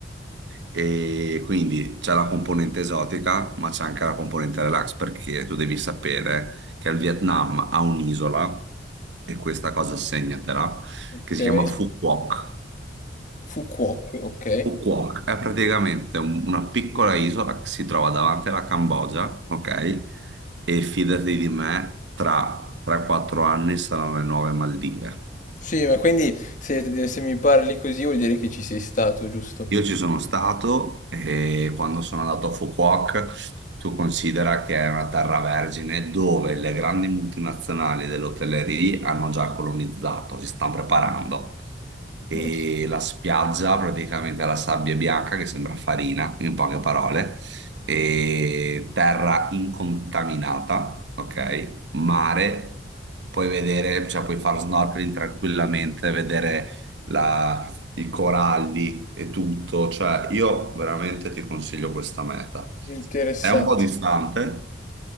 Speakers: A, on the right; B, on the left.
A: e quindi c'è la componente esotica, ma c'è anche la componente relax, perché tu devi sapere che il Vietnam ha un'isola, e questa cosa segnatela,
B: ok.
A: che si chiama Phu Quoc.
B: Fukuoka, ok.
A: Phu Quoc è praticamente un- una piccola isola che si trova davanti alla Cambogia, ok? E fidati di me, tra 3-4 anni saranno le nuove Maldive.
B: Sì, ma quindi se, eh, se mi parli così vuol dire che ci sei stato, giusto?
A: Io ci sono stato e quando sono andato a Fukuoka, tu considera che è una terra vergine dove le grandi multinazionali dell'hotellerie hanno già colonizzato, si stanno preparando e
B: Mm,
A: la spiaggia praticamente è la sabbia bianca che sembra farina, in poche parole, e terra incontaminata, ok? Mare, puoi vedere, cioè puoi fare snorkeling tranquillamente, vedere la- i coralli e tutto, cioè io veramente ti consiglio questa meta.
B: interessante.
A: È un po' distante,